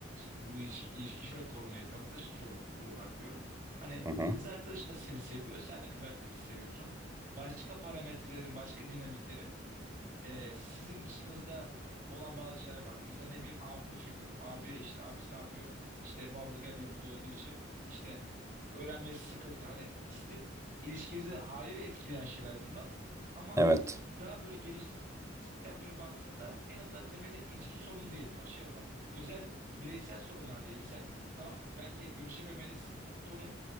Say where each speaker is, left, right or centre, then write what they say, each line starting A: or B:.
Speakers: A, on the right; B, on the right.
A: bu ilişki, ilişki şöyle korumaya çalış şey olarak huzur olarak diyorum. Hani
B: Hı hı.
A: kız arkadaşın da seni seviyor sen de kız arkadaşını seviyorsun. Başka parametrelerin başka dinamiklerin e, sizin dışınızda olan bazı şeyler vardı. Mesela ne bileyim abi figürü. Abi işte abisi ne yapıyor? İşte muhafazakar bir yapıda olduğu için işte öğrenmesi sıkıntı. Hani sizin ilişkinizi haliyle etkileyen şeyler bunlar. Ama
B: Evet.
A: daha böyle geniş sen böyle baktığında en azından temelde ilişki sorunu değil bunlar şey olarak. Özel bireysel sorunlar değil. Misal tamam belki görüşememeniz sorun.